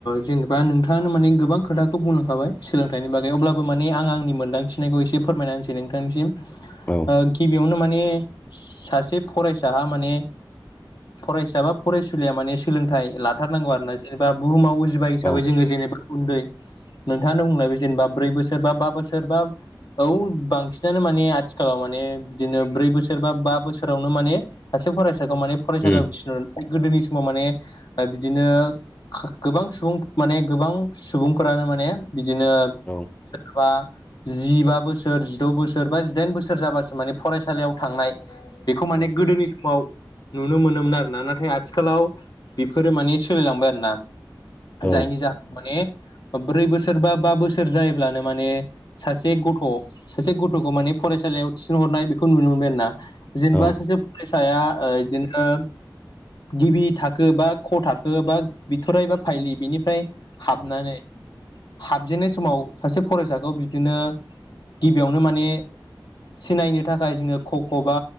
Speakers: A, on the left; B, on the left.
A: जेनेबा नोंथाङानो माने गोबां खोथाखौ बुंलांखाबाय सोलोंथाइनि बागै अब्लाबो माने आं आंनि मोनदांथिनायखौ एसे फोरमायनानै होनसै नोंथांनिसिम
B: औ
A: ओ गिबियावनो माने सासे फरायसाहा माने फरायसा बा फरायसुलिया माने सोलों थाय लाथारनांगौ आरो ना जेनेबा बुहुमाव उजिबाय हिसाबै
B: औ
A: जोङो जेनेबा उन्दै नोंथाङा बुंनाय बे जेनेबा ब्रै बोसोर बा बा बोसोर बा औ बांसिनानो माने आथिखालाव माने बिदिनो ब्रै बोसोर बा बा बोसोरावनो माने सासे फरायसाखौ माने फरायसालियाव
B: उम
A: थिनरनाय गोदोनि समाव माने बिदिनो खा गोबां सुबुं माने गोबां सुबुंफोरानो माने बिदिनो
B: औ
A: <unintelligible> जिबा बोसोर जिद' बोसोर बा जिदाइन बोसोर जाबासो माने फरायसालियाव थांनाय बेखौ माने
B: औ
A: गोदोनि समाव नुनो मोनोमोन आरोना नाथाय आथिखालाव बेफोरो माने सोलिलांबाय आरोना
B: औ
A: जायनि जाहोनाव माने ब्रै बोसोर बा बा बोसोर जायोब्लानो माने सासे गथ' सासे गथ'खौ माने फरायसालियाव थिसनहरनाय बेखौ नुनो मोनबाय आरोना। जेनेबा
B: औ
A: सासे फरायसाया ओ इदिनो गिबि थाख खो बा क थाखो बा बिथराइ बा फाइलि बिनिफ्राय हाबनानै
B: उम
A: हाबजेनन्नाय समाव सासे फरायसाखौ बिदिनो गिबियावनो माने सिनायनो थाखाय जोङो क ख बा